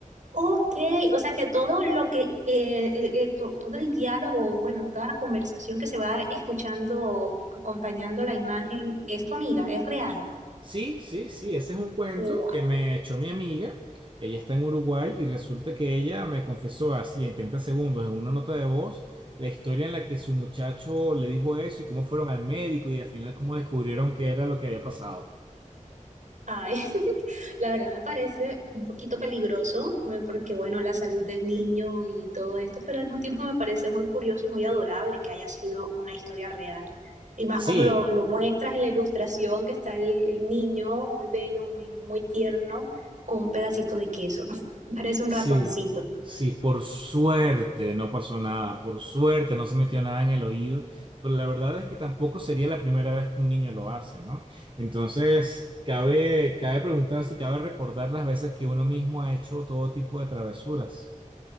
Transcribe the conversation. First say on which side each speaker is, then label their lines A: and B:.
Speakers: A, on the right (about 60°); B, on the right (about 40°).
A: Ok, o sea que todo lo que, eh, eh, eh, to- todo el diálogo, bueno, toda la conversación que se va escuchando, acompañando la imagen, es tu amiga, es real.
B: Sí, sí, sí, ese es un cuento
A: Wow.
B: que me echó mi amiga. Ella está en Uruguay y resulta que ella me confesó así en 30 segundos en una nota de voz la historia en la que su muchacho le dijo eso y cómo fueron al médico y al final cómo descubrieron que era lo que había pasado.
A: Ay, <laughs> la verdad me parece un poquito peligroso, ¿no? porque bueno, la salud del niño y todo esto, pero al mismo tiempo me parece muy curioso y muy adorable que haya sido una historia real. Y más como
B: Sí,
A: lo, lo muestras en la ilustración, que está el, el niño muy bello, muy, muy tierno, con un pedacito de queso. <laughs> Parece un
B: Sí,
A: ratoncito.
B: sí, por suerte no pasó nada, por suerte no se metió nada en el oído, pero la verdad es que tampoco sería la primera vez que un niño lo hace, ¿no? Entonces, cabe, cabe preguntar si cabe recordar las veces que uno mismo ha hecho todo tipo de travesuras.